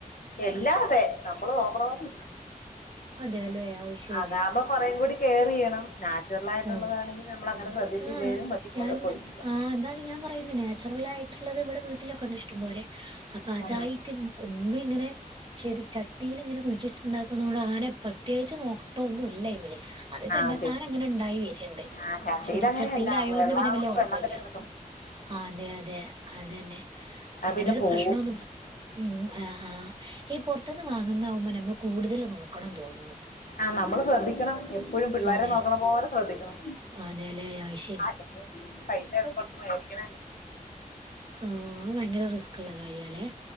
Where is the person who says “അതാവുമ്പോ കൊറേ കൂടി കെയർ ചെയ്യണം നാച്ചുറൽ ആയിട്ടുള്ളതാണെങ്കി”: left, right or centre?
Left